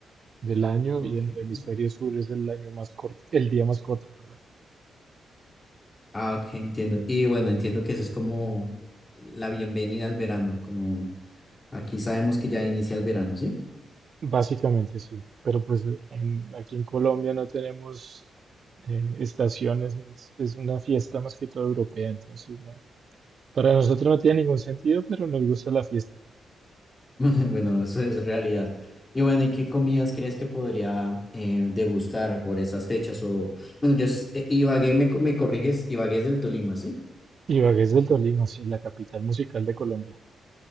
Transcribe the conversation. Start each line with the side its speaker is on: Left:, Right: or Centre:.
Right: del año
Left: Ok.
Right: y en el hemisferio sur es el año más corto, el día más corto, perdón.
Left: Ah, ok, entiendo. Y bueno, entiendo que eso es como la bienvenida al verano, como aquí sabemos que ya inicia el verano, ¿sí?
Right: Básicamente sí, pero pues en- aquí en Colombia no tenemos eh, estaciones, es, es una fiesta más que todo europea, entonces no. Para nosotros no tiene ningún sentido, pero nos gusta la fiesta.
Left: <laughs> Bueno, eso es realidad. Y bueno, ¿y qué comidas crees que podría eh, degustar por esas fechas? O, bueno, yo, s- eh, Ibagué, me, co- me corriges, Ibagué es del Tolima, ¿sí?
Right: Ibagué es del Tolima, sí, la capital musical de Colombia.